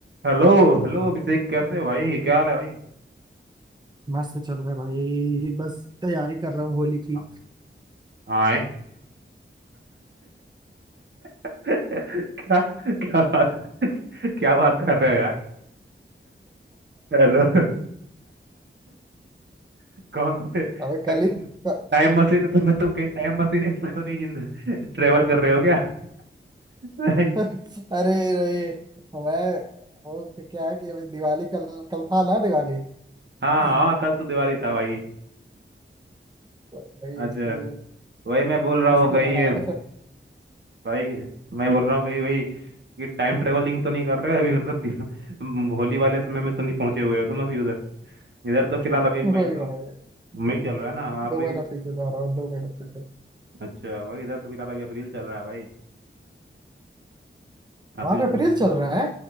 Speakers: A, on the right; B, on the right.
A: Hello Hello अभिषेक कैसे हो भाई क्या हाल है भाई
B: मस्त चल रहा है भाई बस तैयारी कर रहा हूँ होली की
A: हाँ हाँ, है। <laughs> क्या क्या बात क्या बात कर रहे हो यार हेलो <laughs> कौन से भाई
B: अबे कल ही
A: तुम
B: तो-
A: टाइम मशीन तुम तुम कहीं टाइम मशीन में तो नहीं जिंदा ट्रेवल कर रहे हो क्या <laughs> हाँ
B: अरे रे मैं वो तो क्या है कि अभी दिवाली कल कल था ना दिवाली तो
A: हाँ हाँ, कल तो दिवाली था भाई
B: वही
A: अच्छा
B: उसके लिए
A: वही मैं बोल रहा
B: उसको
A: हूँ कहीं
B: मनाने से
A: भाई मैं बोल रहा हूँ कहीं भाई ये टाइम ट्रेवलिंग तो नहीं कर रहे हो अभी मतलब दिन- होली वाले समय में तो नहीं पहुंचे हुए हो तुम अभी इधर तो फिलहाल अभी मई
B: वही
A: चल
B: भाई
A: मई चल रहा है ना अप्रैल
B: दो महीना पीछे जा रहा हूँ दो महीना पीछे
A: अच्छा वही इधर तो फिलहाल अभी अप्रैल चल रहा है भाई अप्रैल
B: वहां पे अप्रैल
A: का-
B: चल रहा है